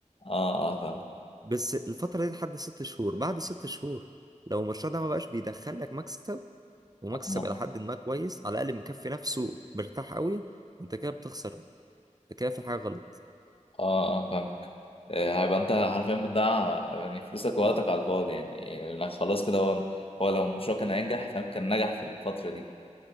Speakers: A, on the left; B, on the right.
A: اه اه فاهمك
B: بس الفترة دي لحد ست شهور بعد ست شهور لو المشروع ده ما بقاش بيدخل لك مكسب ومكسب
A: اه
B: إلى حد ما كويس على الأقل مكفي نفسه مرتاح قوي أنت كده بتخسر أنت كده في حاجة غلط
A: اه آه، فاهمك آه، هيبقى انت حرفيا بتضيع يعني فلوسك ووقتك على الفاضي يعني لأن خلاص كده هو هو لو المشروع كان هينجح فاهم كان نجح في الفتره دي